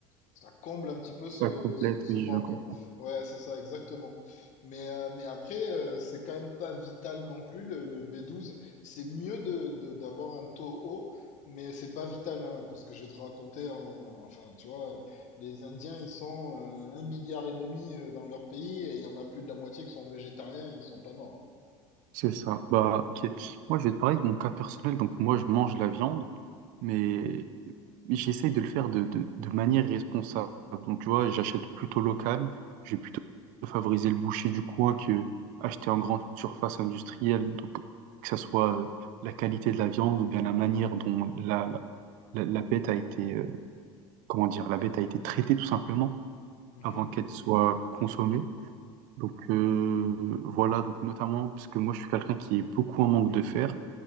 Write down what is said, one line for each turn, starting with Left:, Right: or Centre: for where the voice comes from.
Left: ça comble un petit peu
Right: Ça
Left: ce,
Right: complète,
Left: ce, ce
Right: oui,
Left: manque,
Right: je comprends.
Left: quoi. Ouais, c'est ça, exactement. Mais, euh, mais après, euh, c'est quand même pas vital non plus, le, le B12. C'est mieux de, de- d'avoir un taux haut, mais c'est pas vital, hein, parce que je vais te raconter, en- enfin, tu vois, les Indiens, ils sont euh, un milliard et demi euh, dans leur pays, et il y en a plus de la moitié qui sont végétariens, ils sont pas morts.
Right: C'est ça. Bah, ok. Moi, je vais te parler de mon cas personnel. Donc moi, je mange la viande. mais j'essaye de le faire de, de, de manière responsable. Donc, tu vois, j'achète plutôt local. Je vais plutôt favoriser le boucher du coin que acheter en grande surface industrielle. Donc, que ça soit euh, la qualité de la viande ou bien la manière dont la, la, la, la bête a été, euh, comment dire, la bête a été traitée tout simplement
Left: hein.
Right: avant qu'elle soit consommée. Donc, euh, voilà, donc notamment, parce que moi, je suis quelqu'un qui est beaucoup en manque de fer.